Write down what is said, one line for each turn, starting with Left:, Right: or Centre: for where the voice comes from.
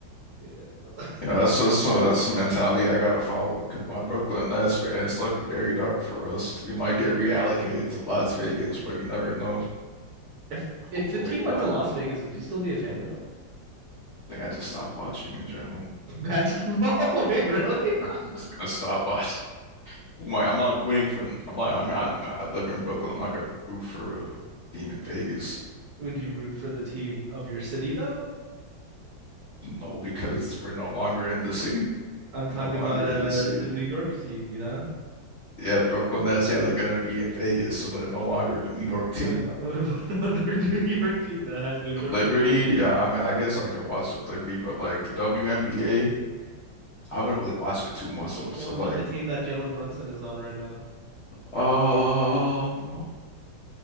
Right: yeah. But,
Left: You know, that's that's uh, that's the mentality I gotta follow because my Brooklyn Nets man, it's looking very dark for us.
Right: <laughs>
Left: We might
Right: hey,
Left: get
Right: bro.
Left: reallocated to Las Vegas, but you never know.
Right: If if
Left: Hopefully
Right: the team went
Left: not.
Right: to
Left: I
Right: Las Vegas, would you still be a fan of them?
Left: think I just stopped watching in general.
Right: Basketball? <laughs> Wait, really?
Left: <laughs> I'm just gonna stop watching. Who am I? I'm not rooting for. I'm not. I mean, I, I live in Brooklyn. I'm not gonna root for a team in Vegas.
Right: Would you root for the team of your city though?
Left: No, because we're no longer in the city.
Right: I'm
Left: We're
Right: talking
Left: no longer
Right: about uh
Left: in the city.
Right: the New York team, you know?
Left: Yeah, Brooklyn Nets. Yeah, they're gonna be in Vegas, so they're no longer the New York team.
Right: What about what about the other <laughs> New York team that has New York
Left: Liberty,
Right: in the name?
Left: uh, I mean, I guess I could watch the Liberty, but like the WNBA, I haven't really watched it too much.
Right: What,
Left: So, so,
Right: what about
Left: like,
Right: the team that Jalen Brunson is on right now?
Left: um,